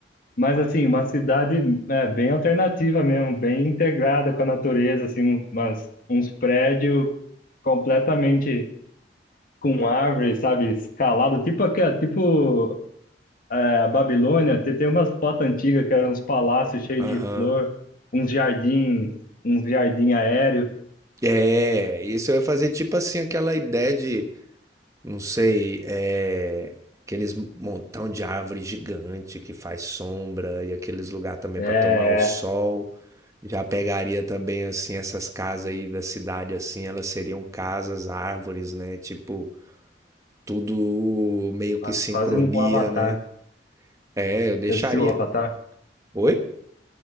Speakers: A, on the left; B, on the right.
A: Mas, assim, uma cidade né, bem alternativa mesmo, bem integrada com a natureza, assim, umas, uns prédios completamente com árvores, sabe? Escalado, tipo, aquela, tipo é, a Babilônia, tem, tem umas fotos antigas que eram uns palácios cheios
B: Aham.
A: de flor, uns jardins, uns jardim aéreo.
B: É, isso eu ia fazer tipo assim, aquela ideia de Não sei, é, aqueles montão de árvore gigante que faz sombra e aqueles lugar também
A: É,
B: para tomar o sol.
A: é,
B: Já pegaria também assim essas casas aí da cidade assim, elas seriam casas, árvores, né? Tipo, tudo meio
A: qua-
B: que sincronia,
A: quase um Avatar.
B: né? É, eu deixaria.
A: Esse é o Avatar?
B: Oi?